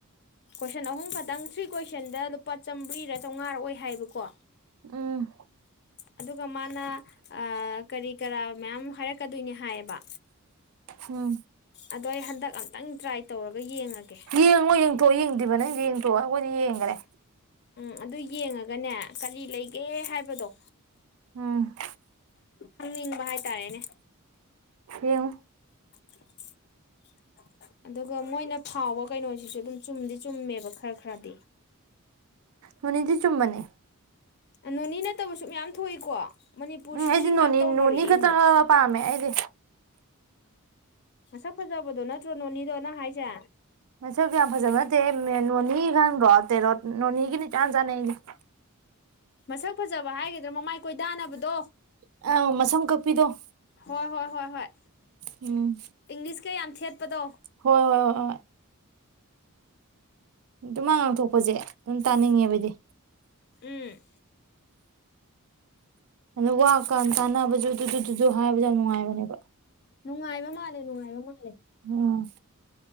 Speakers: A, on the left; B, on the right.
A: ꯀꯣꯏꯁꯟ ꯑꯍꯨꯝ ꯈꯛꯇꯪ ꯊ꯭ꯔꯤ ꯀꯣꯏꯁꯟꯗ ꯂꯨꯄꯥ ꯆꯥꯝꯃꯔꯤꯔ ꯆꯥꯝꯃꯉꯥ ꯑꯣꯏ ꯍꯥꯏꯕꯀꯣ
B: ꯎꯝ
A: ꯑꯗꯨꯒ ꯃꯥꯅ ꯀꯔꯤ ꯀꯔꯥ ꯃꯌꯥꯝ ꯍꯥꯏꯔꯛꯀꯗꯣꯏꯅꯤ ꯍꯥꯏꯌꯦꯕ
B: ꯎꯝ
A: ꯑꯗꯣ ꯑꯩ ꯍꯟꯗꯛ ꯑꯝꯇꯪ ꯇ꯭ꯔꯥꯏ ꯇꯧꯔꯒ ꯌꯦꯡꯉꯒꯦ
B: ꯌꯦꯡꯉ ꯌꯦꯡꯊꯣꯛ ꯌꯦꯡꯗ꯭ꯔꯤꯕ ꯅꯪꯗꯤ ꯌꯦꯡꯊꯣꯛꯑꯣ ꯑꯩꯈꯣꯏꯗꯤ ꯌꯦꯡꯈꯔꯦ
A: ꯎꯝ ꯑꯗꯨ ꯌꯦꯡꯉꯒꯅꯦ ꯀꯔꯤ ꯂꯩꯒꯦ ꯍꯥꯏꯕꯗꯣ
B: ꯎꯝ
A: ꯍꯪꯅꯤꯡꯕ ꯍꯥꯏꯇꯥꯔꯦꯅꯦ
B: ꯌꯦꯑꫭ
A: <inaudible> ꯑꯗꯨꯒ ꯃꯣꯏꯅ ꯐꯥꯎꯕ ꯀꯩꯅꯣꯁꯤꯁꯨ ꯑꯗꯨꯝ ꯆꯨꯝꯗꯤ ꯆꯨꯝꯃꯦꯕ ꯈꯔ ꯈꯔꯗꯤ
B: ꯂꯣꯢꯅꯗꯤ ꯆꯨꯝꯕꯅꯤ
A: ꯅꯣꯅꯤ ꯅꯠꯇꯕꯁꯨ ꯃꯌꯥꯝ ꯊꯣꯛꯏꯀꯣ ꯃꯅꯤꯄꯨꯔꯁꯦ
B: ꯎꯝ ꯑꯩꯗꯤ
A: ꯁꯤ ꯉꯍꯥꯛ
B: ꯅꯣꯅꯤ
A: ꯇꯧꯅꯔꯛꯑꯦ
B: ꯅꯣꯅꯤ ꯈꯛꯇꯪ
A: ꯑꯃꯨꯛ
B: ꯄꯥꯝꯃꯦ ꯑꯩꯗꯤ
A: ꯃꯁꯛ ꯐꯖꯕꯗꯣ ꯅꯠꯇ꯭ꯔꯣ ꯅꯣꯅꯤꯗꯣ ꯅꯪ ꯍꯥꯏꯁꯦ
B: ꯃꯁ ꯌꯥꯝ ꯐꯖꯕ ꯅꯠꯇꯦ ꯅꯣꯅꯤ ꯈꯪꯗꯔꯣ ꯇꯥꯔꫭꯛ ꯅꯣꯅꯤꯒꯤꯅꯤ ꯏꯆꯟ ꯆꯥꯅꯩ ꯑꯩꯗꯤ
A: ꯃꯁꯛ ꯐꯖꯕ ꯍꯥꯏꯒꯗ꯭ꯔꯥ ꯃꯃꯥꯏ ꯀꯣꯏꯗꯥꯅꯕꯗꯣ
B: ꯑꯪ ꯃꯁꯝ ꯀꯛꯄꯤꯗꯣ
A: ꯍꯣꯏ ꯍꯣꯏ ꯍꯣꯏ ꯍꯣꯏ
B: ꯎꯝ
A: ꯏꯪꯂꯤꯁꯀ ꯌꯥꯝ ꯊꯦꯠꯄꯗꯣ
B: ꯍꯣꯏ ꯍꯣꯏ ꯍꯣꯏ ꯍꯣꯏ ꯑꯗꯣ ꯃꯥ ꯉꯥꯡꯊꯣꯛꯄꯁꯦ ꯑꯗꯨꯝ ꯇꯥꯅꯤꯡꯉꯦꯕꯗꯤ
A: ꯎꯝ
B: ꯑꯣ ꯋꯥ ꯀꯥꯟ ꯇꯥꯅꯕꯁꯨ ꯑꯗꯨꯗꯨꯁꯨ ꯍꯥꯏꯕꯁꯨ ꯌꯥꯝ ꯅꯨꯡꯉꯥꯏꯕꯅꯦꯕ
A: ꯅꯨꯡꯉꯥꯏꯕ ꯃꯥꯜꯂꯦ ꯅꯨꯡꯉꯥꯏꯕ ꯃꯥꯜꯂꯦ
B: ꯎꯝ